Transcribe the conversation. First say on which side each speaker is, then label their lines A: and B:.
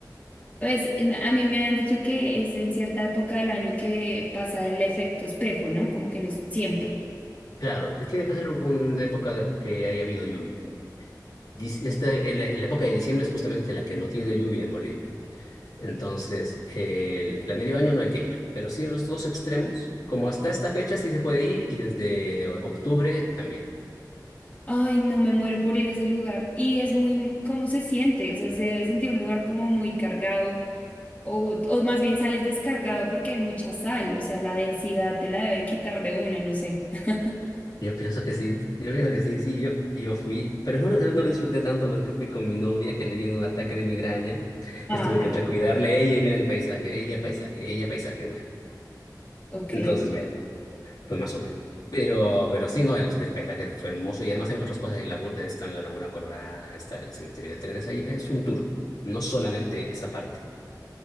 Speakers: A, on the left; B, on the left.
A: Pues en- a mí me habían dicho que es en cierta época del año que pasa el efecto espejo, ¿no? Como que no es siempre.
B: Claro, tiene que ser una época que haya habido lluvia. Dic- Este, el- el- la época de diciembre es justamente la que no tiene lluvia en Bolivia. Entonces, el, la medio año no hay que ir, pero sí en los dos extremos, como hasta esta fecha sí se puede ir y desde octubre también.
A: Ay, no me muero por ir a ese lugar. Y es muy, ¿cómo se siente? O sea, se debe sentir un lugar como muy cargado o, o más bien sales descargado porque hay mucha sal, o sea, la densidad te la debe quitar de una, no sé. <laughs>
B: Yo pienso que sí, yo pienso que sí, sí, yo, yo fui, pero no, lo- no lo disfruté tanto porque fui con mi novia que le vino un ataque de migraña.
A: Ah,
B: Estuve que entre cuidarle a ella y mirar el paisaje, ella paisaje, ella paisaje, bueno.
A: ok,
B: Entonces, bueno. Pues más o menos. Pero, pero sí, no, el, el paisaje fue hermoso y además hay otras cosas. Hay laguna- está en la Laguna Colorada, está el cementerio de trenes. Ahí es un tour, no solamente esa parte.